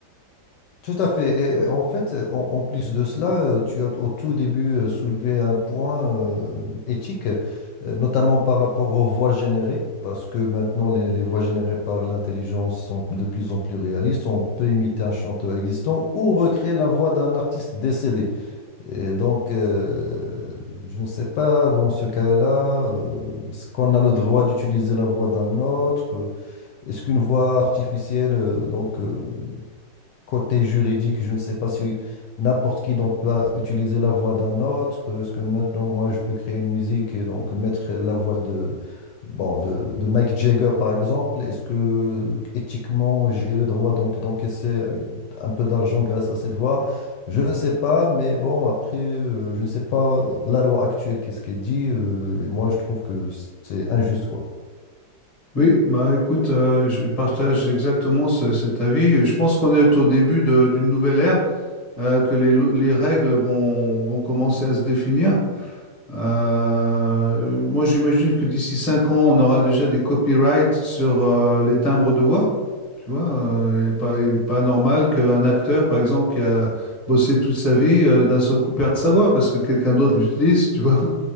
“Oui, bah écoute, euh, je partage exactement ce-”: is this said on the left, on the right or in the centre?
Left